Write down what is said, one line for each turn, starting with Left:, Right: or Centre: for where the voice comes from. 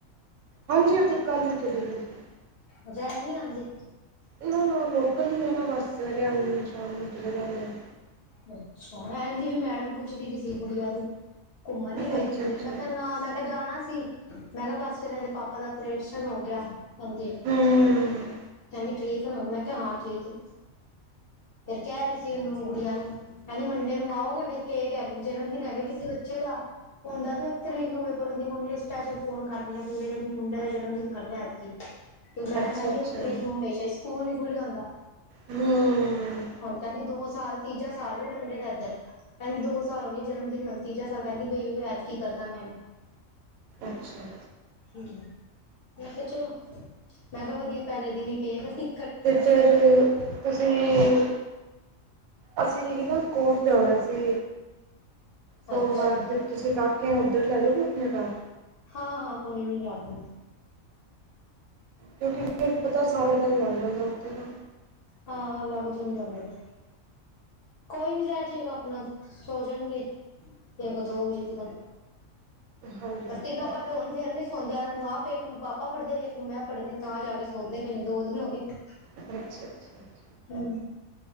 Right: ਹਾਂਜੀ ਹਾਂਜੀ ਔ ਤੇ ਕੱਲ ਹੀ ਚਲੇ ਗਏ ਸੀ
Left: ਅਜ ਐ ਨੀ ਆਂਦੀ
Right: ਨਾਂ ਨਾ ਲੋਕਲ ਹੀ ਨੇ ਨਾ, ਬਸ ਸਵੇਰੇ ਆਂਦੇ ਨ ਸ਼ਾਮ ਨੂੰ ਚਲੇ ਜਾਂਦੇ ਨੇ
Left: ਅੱਛਾ, ਨੈਨ ਦੀ ਵੀ ਮੈਡਮ ਪੁੱਛਦੀ ਪਈ ਸੀ ਸੀ ਕੁੜੀਆਂ ਦੀ, ਘੂਮਣ ਨੀ ਗਏ
Right: ਅੱਛਾ
Left: ਕਿਧਰੇ,
Right: ਅੱਛਾ
Left: ਮੈਂ ਕਿਆ ਨਾ ਮੈਂ ਕਿਆ ਜਾਣਾ ਸੀ ਮੈਂ ਕਿਆ ਬਸ ਫੇਰ ਇਹ ਦੇ ਪਾਪਾ ਦਾ ਅਪ੍ਰੇਸ਼ਨ ਹੋ ਗਿਆ ਹਾਂਜੀ
Right: ਹਮ
Left: ਕਹਿੰਦੀ ਠੀਕ ਏ ਹੂੰਣ, ਮੈਂ ਕਿਆ ਹਾਂ ਠੀਕ ਐ, ਫੇਰ ਕੈਹ ਰੀ ਸੀ ਉਹਨੂੰ ਗੁੜੀਆਂ ਨੂੰ ਕੈੰਹਦੀ ਮੰਡੇ ਨੂੰ ਆਓਗੇ ਫੇਰ, ਕੇਕ ਹੈ ਜਨਮ ਦਿਨ ਹੈਗੇ ਕਿਸੀ ਬੱਚੇ ਦਾ ਹੂੰਦਾ ਤਾਂ ਇਕ ਤਰੀਕ ਨੂੰ ਏ, ਪਰ ਉਹਦੀ ਮੰਮੀ ਨੇ ਸਪੈਸ਼ਲ ਫੋਨ ਕਰ ਲਿਆ ਵੀ ਮੇਰੇ ਮੁੰਡੇ ਦਾ ਜਨਮ ਦਿਨ ਕਰਨਾ ਐਦਕੀ ਮੈਡਮ
Right: ਅੱਛਾ
Left: ਕਹਿੰਦੀ
Right: ਅੱਛਾ
Left: ਇਕ ਤਰੀਕ ਨੂੰ ਹਮੇਸ਼ਾ ਹੀ ਸਕੂਲ ਨੀ ਖੁੱਲ੍ਹਿਆ ਹੁੰਦਾ
Right: ਹਮ
Left: ਹੁਣ ਕਹਿੰਦੀ ਦੋ ਸਾਲ, ਤੀਜਾ ਸਾਲ ਐ ਉਹ ਮੁੰਡੇ ਦਾ ਏਧਰ ਕਹਿੰਦੀ ਦੋ ਸਾਲ ਹੋ ਗਏ ਜਨਮ ਦਿਨ ਨੀ, ਹੁਣ ਤੀਜਾ ਸਾਲ ਕਹਿੰਦੀ ਪਈ ਐਦਕੀ ਕਰਨਾ ਮੈਂ
Right: ਅੱਛਾ ਅੱਛਾ
Left: ਹਮ ਮੈਂ ਕਿਆ ਚਲੋ ਮੈਂ ਕਿਆ ਵਧੀਆ ਪੈਲੇ ਦਿਨ ਈ ਕੇਕ ਸੀ।
Right: ਤੇ ਫੇਰ ਤੁਸੀਂ ਅਸੀਂ ਇਕ ਨਾ ਕੋਟ ਜਾਣਾ ਸੀ। ਸੋਮਵਾਰ
Left: ਅੱਛਾ
Right: ਜੇ ਤੁਸੀਂ ਕਾਕੇ ਨੁੰ ਉੱਧਰ ਲੈ ਜੋਗੇ ਅਪਨੇ ਕਾਰ।
Left: ਹਾਂ-ਹਾਂ ਕੋਈ ਨੀ <unintelligible>
Right: ਕਿਉਂਕਿ ਫੇਰ ਪਤਾ ਸਾਰਾ ਦਿਨ ਲੱਗ ਜਾਂਦਾ ਉਤੇ ਨਾ।
Left: ਹਾਂ ਲਗ ਜਾਂਦਾ ਹੋਨਾ ਵੇ। ਕੋਈ ਨੀ ਰੇੈ ਜੇਗਾ ਅਪਨਾ ਸੋ ਜਾਨਗੇ ਏਕ ਦੋ ਵਜੇ ਤਿਕਨ।
Right: ਹਾਂਜੀ
Left: ਪਰ
Right: ਹਾਂਜੀ
Left: ਤਿੰਨੋ ਕੱਟ ਤੇ ਹੂੰਣ ਫੇਰ ਨੀ ਸੋਂਂਦੇ ਇਹਨਾਂ ਨੂੰ ਆਪ ਇੱਕ ਨੂੰ ਪਾਪਾ ਫੜ੍ਹਦੇ ਨੇ ਇੱਕ ਨੂੰ ਮੈਂ ਫੜ੍ਹਨੀ ਆ ਤਾਂ ਜਾ ਕੇ ਸੌਂਦੇ ਪਏ ਨੇ ਦੋ ਦਿਨ ਹੋ ਗੇ। <inaudible>
Right: ਅੱਛਾ-ਅੱਛਾ, ਅੱਛਾ।
Left: ਹੂੰ